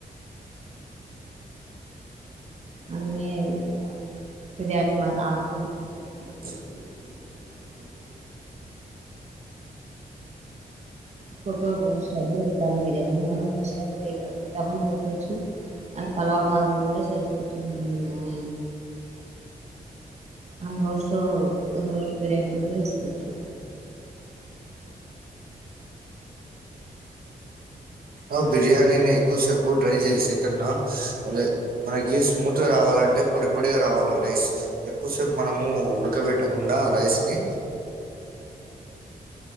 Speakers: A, on the right; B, on the right.
A: అన్నీ వేయాలీ బిర్యానీ <unintelligible> ఆకు.
B: <inaudible>
A: క్కొక్కాయిలో వస్తారు బిర్యానీ మనం వాయిలో దమ్ము పెట్టొచ్చు అండ్ పలావ మాదిరక కూడా చేసుకోవచ్చు మన బిర్యానీ ఆ రోస్ట్ రోస్ట్ బిర్యానీ కూడా చేసుకోవచ్చు.
B: ఆ బిర్యానీని ఎక్కువసేపు డ్రై చేసే కన్నా. <unintelligible> మనకి స్మూత్గా రావాలంటే పొడి పొడిగా రావాల రైస్ ఎక్కువసేపు మనము ఉడకబెట్టకుండా రైస్ ని.